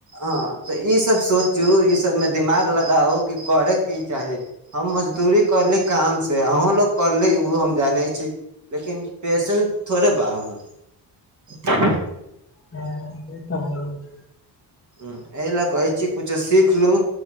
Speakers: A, on the right; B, on the left.
A: अ तऽ ईसभ सोचू ईसभमे दिमाग लगाउ कि करय की चाही हम मजदूरी करली काम से अहूँलोग करली ओ हम जानै छी लेकिन पैसन थोड़े बा हमर
B: हँ ई त ह <unintelligible> <unintelligible>
A: हूं एहि लए कहै छी कुछो सीख लू